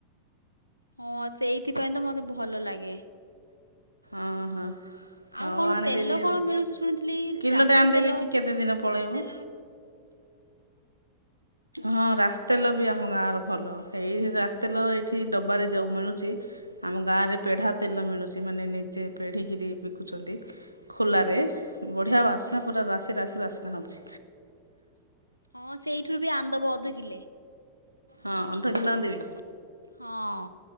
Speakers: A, on the left (about 90°); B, on the right (about 85°).
A: ହଁ ସେଇଥିପାଇଁ ତ ମତେ ଭଲ ଲାଗେ।
B: ଅଁ ହଁ
A: ଆଉ
B: ହଉ
A: କଣ
B: ଆଣିଦେବି
A: ତେଲ କଣ
B: ଆଉ
A: ମିଳୁଛି ଶୁଣିଥିଲି
B: କିଲୋ
A: ରାଶି
B: ଟେ ଆଣିଦେବି
A: ତେଲ।
B: କି କେତେ ଦିନ ପଳେଇବ। ହଁ ରାସି ତେଲ ବି ଆମ ଗାଁର ଭଲ ଏଇ ରାସ୍ତେଲ ଏଇଠି ଡବାରେ ଯେଉଁ ମିଳୁଛି ଆମ ଗାଁରେ ପେଢ଼ା ତେଲ ମିଳୁଛି ମାନେ ନିଜେ ପେଢ଼ିକିରି ବିକୁଛନ୍ତି ଖୋଲାରେ ବଢିଆ ବାସ୍ନା
A: ହୁଁ
B: ପୁରା ରାଶି ରାସି ବାସିନା ହେଉଛି
A: ହଁ ସେଇଠରୁ ବି ଆନ୍ଦବଅଧକିଲେ
B: ହଁ ଅଧ କିଲୋ ଆଣି ଦେବି
A: ହଁ